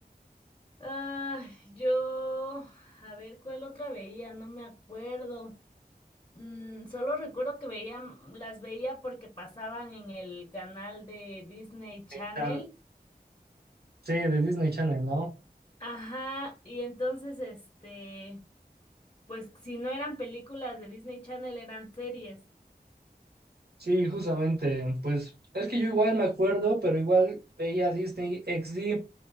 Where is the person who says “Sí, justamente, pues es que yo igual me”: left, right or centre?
Right